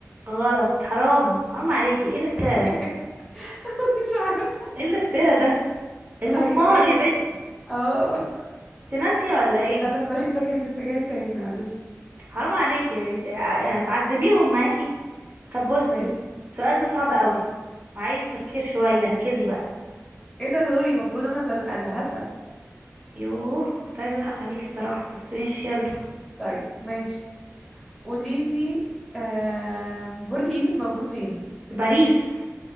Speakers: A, on the right (about 40°); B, in the centre.
A: غلط حرام حرام عليكي ايه الافتراء
B: <laughs>
A: ده
B: مش عارف
A: ايه الافتراء ده المسمار
B: طيب ايه
A: يا بنتي
B: اه <laughs>
A: انت ناسيه ولا ايه
B: ده انا دماغي اتجهت اتجاه تاني معلش
A: حرام عليكي يا بنتي ع- هتعذبيهم معاكي طب بصي
B: ماشي
A: السؤال ده صعب قوي وعايز تفكير شويه ركزي بقى
B: ايه ده دوري المفروض انا اللي اللي هسأل
A: يوه كنت عايزه اضحك عليكي الصراحه بس ماشي يلا
B: طيب ماشي قوليلي آه... برج ايفل موجود فين
A: باريس